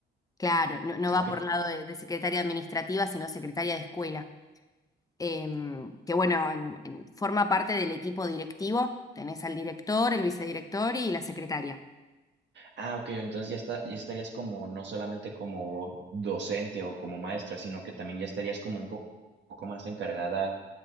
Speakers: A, on the left (about 15°); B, on the right (about 60°).
A: claro, no, no va
B: Ok.
A: por lado de, de secretaria administrativa, sino secretaria de escuela, Em, que bueno, en- en- forma parte del equipo directivo, tenés al director, el vicedirector y la secretaria.
B: Ah, ok, entonces ya está, ya estarías como, no solamente como docente o como maestra, sino que también ya estarías como un po- poco más encargada